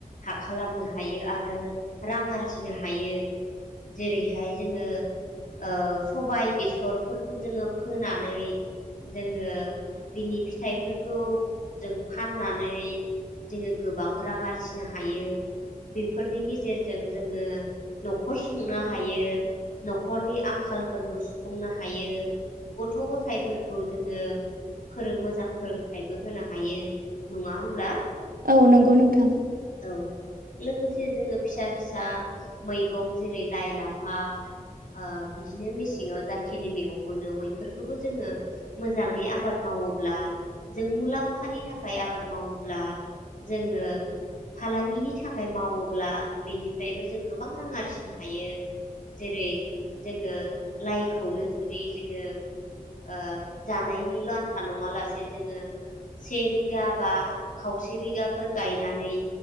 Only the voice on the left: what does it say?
खालामनो हायो आरो रां आरजिनो हायो। जेरैहाय जोङो। ओ सबाय बेसरफोरखौ जोङो फोना। नानै जोङो बिनि फिथाइफोरखौ जों फाननानै जोङो गोबां रां आर जिनो हायो। बेफोरनि गेजेरजों जोङो न'खर सुंनो हायो। न'खरनि आं खालफोरखौ सुफुंनो हायो गथ' गथायाइफोरखौ जोङो फोरों मोजां फोरोंथाइबो होनो हायो नङा होनब्ला।
औ लोगोसे जोङो फिसा फिसा मैगं जेरै लाइ लाफा ओ बिदिनो मेसेङाव जाखिनि मैगं मोनो बैफोरखौबो जोङो मोजाङै आबाद मावोब्ला जों मुलाम्फानि थाखाय आबाद मावोब्ला जोङो फालांगिनि थाखाय मावोब्ला बेनिफ्रायबो जों गोबां रां आरजिनो हायो जेरै जोङो लाइखौनो जुदि जोङो ओ जानायनिल' आन्था नङा लासे जोङो से बिगा बा खावसे बिगाफोर गायनानै